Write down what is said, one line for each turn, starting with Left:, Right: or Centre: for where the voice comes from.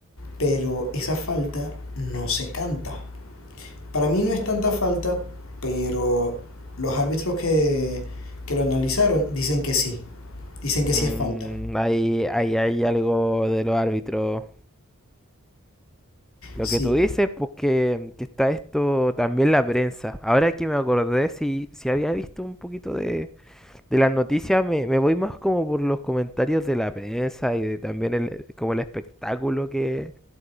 Left: pero esa falta no se canta. Para mí no es tanta falta, pero los árbitros que, que lo analizaron dicen que sí. Dicen que
Centre: Mm,
Left: sí es falta.
Centre: ahí, ahí hay algo de los árbitros. Lo
Left: Sí.
Centre: que tú dices, pues que, que está esto también la prensa. Ahora que me acordé, si, si había visto un poquito de, de las noticias, me, me voy más como por los comentarios de la prensa y de también el, como el espectáculo que,